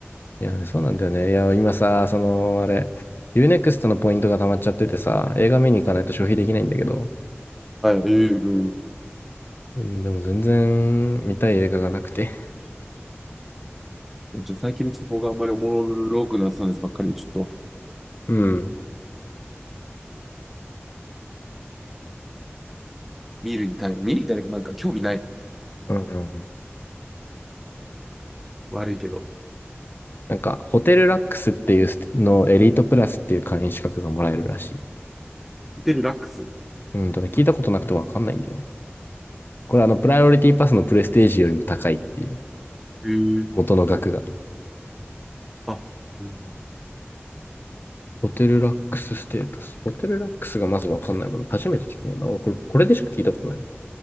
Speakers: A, on the left; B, in the centre.
A: いや、そうなんだよね。いや、今さ、その、あれ、ユーネクストのポイントが溜まっちゃっててさ、映画見に行かないと消費できないんだけど。
B: はい、ええうん
A: うん、でも全然見たい映画がなくて。
B: ちょっと最近のちょっと方があんまりおもろくなさそうですばっかりで、ちょっと
A: うん。
B: 見るに耐える。見るに耐えるとなんか興味ない。
A: うんうんうん。
B: 悪いけど。
A: なんか、ホテルラックスっていうのエリートプラスっていう会員資格がもらえるらしい。
B: ホテルラックス。
A: うん、ただ聞いたことなくてわかんないんだよね。これあの、プライオリティパスのプレステージよりも高いっていう、
B: ええ
A: 元の額が。
B: あ、うん
A: ホテルラックスステータス。ホテルラックスがまずわかんないもの。初めて聞くもんだ。俺、これ、これでしか聞いたことない。